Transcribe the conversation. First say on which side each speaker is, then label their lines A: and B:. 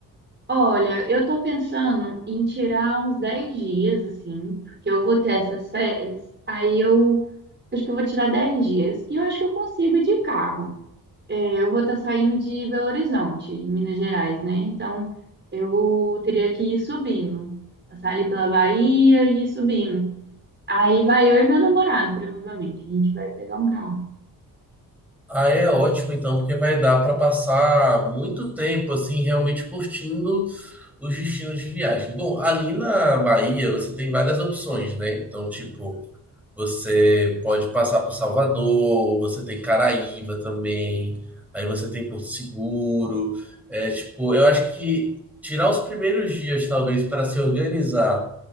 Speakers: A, on the right (about 30°); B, in the centre.
A: Olha, eu tô pensando em tirar uns 10 dias, assim, porque eu vou ter essas férias. Aí eu acho que eu vou tirar 10 dias. E eu acho que eu consigo ir de carro. É, eu vou estar saindo de Belo Horizonte, em Minas Gerais, né? Então eu teria que ir subindo. Passar ali pela Bahia e ir subindo. Aí vai eu e meu namorado, provavelmente. A gente vai pegar um carro.
B: Aí é ótimo então, porque vai dar para passar muito tempo assim realmente curtindo os destinos de viagem. Bom, ali na Bahia você tem várias opções, né? Então, tipo, você pode passar por Salvador, você tem Caraíva também, aí você tem Porto Seguro. É, tipo, eu acho que tirar os primeiros dias, talvez, para se organizar